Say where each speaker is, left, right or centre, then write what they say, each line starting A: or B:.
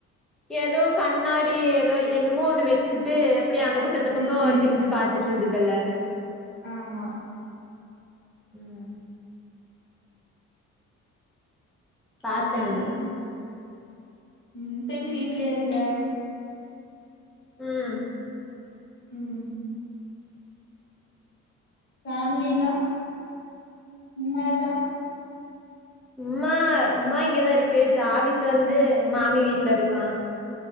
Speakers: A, in the centre; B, on the left.
A: ஏதோ கண்ணாடி ஏதோ என்னமோ ஒண்ணு வச்சிட்டு அப்டியே அந்த பக்கம் இந்த பக்கம்
B: ம்
A: திரிஞ்சி பாத்துட்டு இருந்தது முதல்ல
B: ஆமா
A: உம் பாத்தே
B: அங்கதான்
A: அது
B: வந்து உம் இப்ப எங்க வீட்லயா இருக்க
A: உம்
B: உம் ஃபமிலிலாம் உம்மால்லாம்
A: உம்மா உம்மா இங்கதான் இருக்கு ஜாவித் வந்து மாமி வீட்ல இருக்கான்